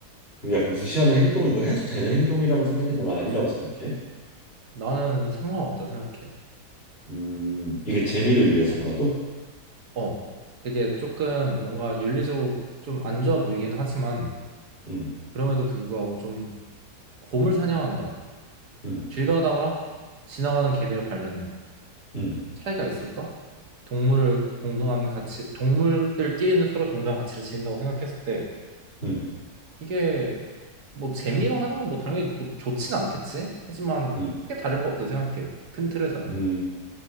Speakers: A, on the left; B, on the right.
A: 그 약간 무시하는 행동인 가 해도 되는 행동이라고 생각해? 너는 아니라고 생각해?
B: 나는 상관없다 생각해.
A: 음 이게 재미를 위해서라도?
B: 어, 이게 조금 뭔가 윤리적으로 좀 안 좋아 보이긴 하지만,
A: 음,
B: 그럼에도 불구하고 좀 곰을 사냥한다.
A: 음,
B: 길 가다가 지나가는 개미를 밟는다.
A: 음,
B: 차이가 있을까? 동물을 동등한 가치, 동물들끼리는 서로 동등한 가치를 지닌다고 생각했을 때
A: 음,
B: 이게 뭐 재미로 하는 건 뭐 당연히 뭐 좋진 않겠지. 하지만
A: 음,
B: 크게 다를 법도 생각해. 큰 틀에서는.
A: 음.